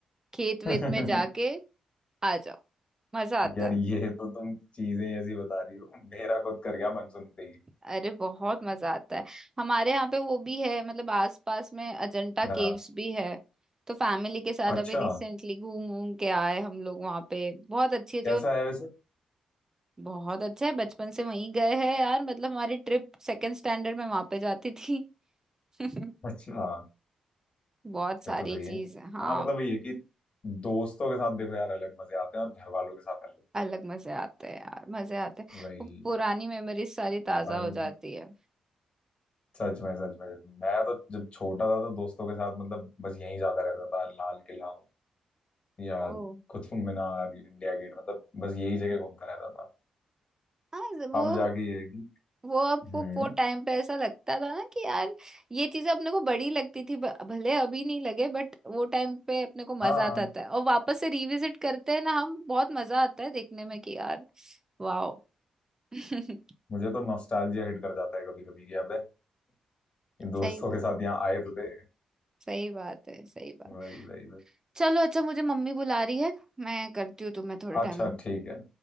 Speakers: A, on the right; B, on the left.
A: खेत
B: <laughs>
A: वेत में जाके आ जाओ मजा आता
B: यार
A: है
B: ये तो तुम चीजें ऐसी बता रही हो मेरा खुद कर गया मन सुनते ही
A: अरे बहुत मजा आता है हमारे यहाँ पे वो भी है मतलब आसपास में अजंता
B: क्या
A: केव्स भी है तो फैमिली के साथ
B: अच्छा
A: अभी रिसेंटली घूम घूम के आए हम लोग वहाँ पे बहुत अच्छी है जो
B: कैसा है वैसे
A: बहुत अच्छा है बचपन से वहीं गए हैं यार मतलब हमारी ट्रिप सेकंड स्टैंडर्ड में वहाँ पे जाती थी <laughs>
B: अच्छा
A: बहुत सारी
B: फिर तो सही
A: चीज
B: है
A: है हाँ
B: हाँ मतलब वही है कि दोस्तों के साथ देखो यार अलग मजे आते हैं और घर वालों के साथ अलग
A: अलग मजे आते हैं यार मजे आते हैं
B: वही
A: वो पुरानी
B: वही
A: मेमोरीज सारी ताजा
B: भाई
A: हो जाती है
B: सच में सच में मैं तो जब छोटा था तो दोस्तों के साथ मतलब बस यहीं जाता रहता था लाल किला या
A: ओ
B: कुतुब मीनार इंडिया गेट मतलब बस यही जगह घूमता रहता था
A: हाँ वो
B: अब जाके ये है कि
A: वो आपको
B: हम्म
A: वो टाइम पे ऐसा लगता था ना कि यार ये चीजें अपने को बड़ी लगती थी ब- भले अभी नहीं लगे बट वो टाइम पे अपने को मजा
B: हाँ
A: आता था और वापस से रिविजिट करते हैं ना हम बहुत मजा आता है देखने में कि यार वाओ <laughs> हम्म
B: मुझे तो नॉस्टैल्जिया हिट कर जाता है कभी कभी कि अबे ये दोस्तों
A: सही बात
B: के साथ यहाँ आए तो थे
A: सही बात है सही बात
B: वही वही वही
A: चलो अच्छा मुझे मम्मी बुला रही है मैं करती हूँ तुम्हें थोड़े टाइम
B: अच्छा
A: में
B: ठीक है